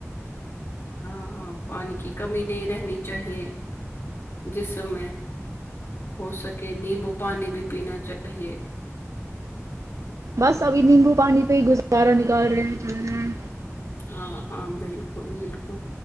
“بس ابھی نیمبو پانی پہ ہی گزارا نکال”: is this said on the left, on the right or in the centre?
Right